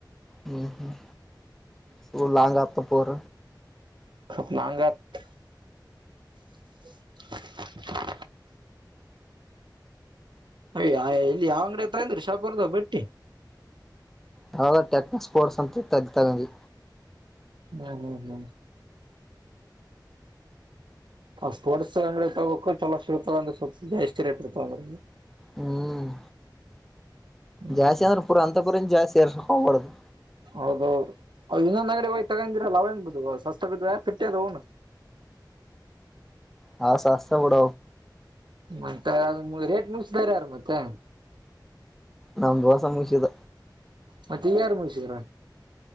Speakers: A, in the centre; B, on the right.
A: ಹ್ಮ್ ಹ್ಮ್ ಫುಲ್ ಲಾಂಗತ ಪರ
B: ಸ್ವಲ್ಪ ಲಾಂಗತ್ <inaudible> ಅಯ ಇಲ್ಲಿ ಯಾವ ಅಂಗಡತಂದ್ರರಿ ಶಾಪರ್ದ ಬಟ್ಟಿ
A: ಯಾವ್ದ ಟೆಕ್ನ ಸ್ಪೋರ್ಟ್ಸ್ ಅಂತ ತ ತಗಿ
B: ಹ್ಮ ಹ್ಮ ಹ್ಮ ಸ್ಪೋರ್ಟ್ಸ್ ಅಂಗ ತಬೇಕು ಚಲೋಷ್ಟರ್ತಂದ್ರ ಸ್ವಲ್ಪ ಜಾಸ್ತಿ ರ ಇಟ್ಿರ್ತವ ಅಂದ್ರ
A: ಹ್ಮ್
B: ಹ್ಮ್
A: ಜಾಸ್ತಿ ಅಂದ್ರೆ ಪುರ ಅಂತ ಪುರ ಜಾಸ್ತಿ ಸೇರ್ ಸ ಕಬಡದು
B: ಹೌದೌದು ಇನ್ನೊಂದ್ ಅಂಗಡೆ ಹೋಗಯ್ ತಗಂದಿರಲ್ಲ ಅವೇನ್ ಬ ಸಸ್ತ ಬಿದ ಕಟ್ಟ ಅದ ಅವನು
A: ಹಾ ಸಸ್ತ ಬಡ
B: ಮತ್ತ ಅ ರೇಟ್ ಮುಗಸ್ದಾರಾರ ಮತ್ತೆ
A: ನಂಬುವ ಸಂಭಷದ
B: ಮತ್ತೆ ಈ ಯಾರು ಮುಳ್ಸಿದ್ರ